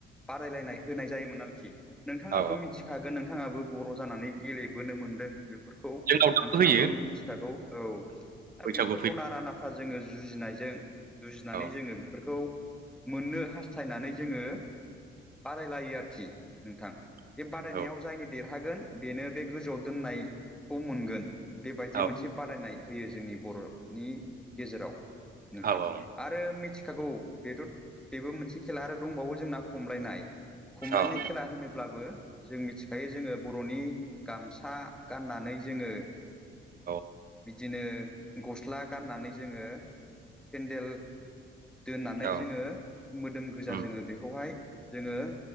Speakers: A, in the centre; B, on the right.
A: बादायलायनाय होनाय जायोमोन आरोखि नोंथाङाबो
B: औ
A: मिथिखागोन नोंथाङाबो बर' जानानै गेलेबोनो मोनदों बेफोर खौ
B: जोंनाव दाबो
A: नोंथाङाबो
B: होयो
A: मिथिखागौ औ दा
B: बैसागु
A: बेफोरखौ
B: फै
A: नारा नाथा जोङो जुजिनायजों जुजिनानै
B: औ
A: जोङो बेफोरखौ मोननो हास्थायनानै जोङो बादायलायो आरोखि नोंथां बे
B: नोंथां
A: बादायनायाव
B: औ
A: जायनो देर हागोन बेनो बे गोजौआव दोननाय खौ मोनगोन बेबायदि
B: औ
A: मोनसे बादायनाय होयो जोंनि बर'नि गेजेराव नोंथां
B: औ औ
A: आरो मिथिखागौ बेथ' बेबो मोनसे खेला आरो दंबावो जोंना खमलायनाय खमलायनाय
B: औ
A: खेला होनो ब्लाबो जों मिथिखायो जोङो बर'नि गामसा गाननानै जोङो
B: औ
A: बिदिनो गस्ला गाननानै जोङो सेन्देल दोननानै
B: औ
A: जोङो मोदोम गोजा
B: उम
A: जोङो बेखौहाय जोङो